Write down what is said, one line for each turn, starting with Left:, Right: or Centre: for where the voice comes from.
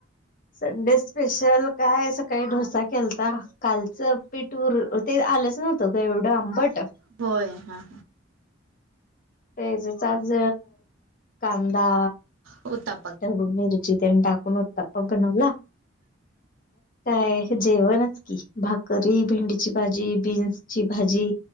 Left: संडे स्पेशल काय सकाळी डोसा खलता कालच पीठ उर ते आलंच नव्हतं ग एवढं आंबट.
Right: होय हा..
Left: ते त्याच <unintelligible> आज कांदा.
Right: होता.
Left: त्यावर मिरुची ते टाकुण उतपा बणवला. काय जेवणच की भाकरी, भेंडीची भाजी, बीन्सची भाजी,